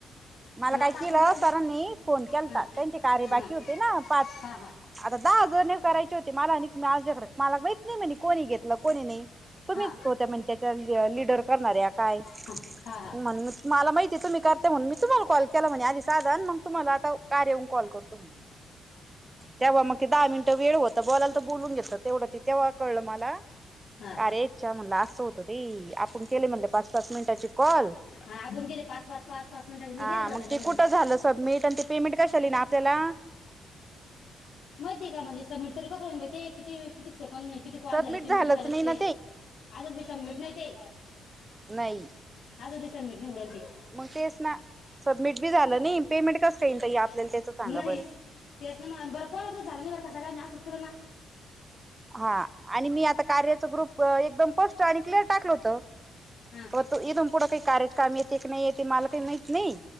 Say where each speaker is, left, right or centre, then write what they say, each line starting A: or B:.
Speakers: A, on the right; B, on the left.
A: मला
B: आणि
A: काय
B: आता
A: केलं
B: आपण
A: सरांनी? फोन केलता
B: हा
A: त्यांचे कार्य बाकी
B: हा हा
A: होते ना पाच
B: हा हा
A: आता फोन दहा जणी करायचे होते मला नाहीत मला माहीत नाही म्हणे कोणी घेतलं कोणी नाही? तुम्हीच
B: हा
A: होत्या म्हणे त्याच्या लिडर करणाऱ्या काय
B: हा हा हा
A: म्हणून मला माहित ते तुम्ही करताय म्हणून मी तुम्हाला कॉल केला म्हणे आधी साधा आणि मग तुम्हाला आता कार्या वरुन कॉल करतो म्हणे तेव्हा मग ते दहा मिनटं वेळ होत बोलाल तर बोलून घेत तेवढं ते तेव्हा कळलं मला
B: हा
A: अरे च्या म्हटलं अस असं होत ते फोन केले म्हटलं पाच पाच मिनिटाचे कॉल
B: आ आपूण गेले पाच पाच पाच पाच मिनिटाचे मी
A: हा
B: गेले की नाय
A: मग
B: त्याच्यामदी
A: ते कुठं झालं सबमिट, आणि ते पेमेंट कशाला यीन आपल्याला.
B: माहिती आहे का म्हणजे सबमीट तरी कसं होईन बई ते किती कितीसंक नही किती कॉल
A: सबमिट
B: झाले तीन
A: झालंच
B: मिंटं झाले
A: नाही
B: ते
A: ना
B: आजूनबी सबमीट नाही ते
A: नाही
B: आजूनबी सबमीट नाही होऊ राहिलं ते.
A: मग तेच ना सबमिट बी झालं नाही <unintelligible> सांगा
B: नाही
A: बरं
B: तेच ना मा बरं कोण झालं नाही बर का सगळयानी असंच केलं ना.
A: हा आणि मी आता कार्याचं ग्रुप एकदम स्पष्ट आणि क्लिअर टाकलं होतं
B: हा
A: तू इथून पुढं काही कार्यात काम येते की नाही येते मला काही माहीत नाही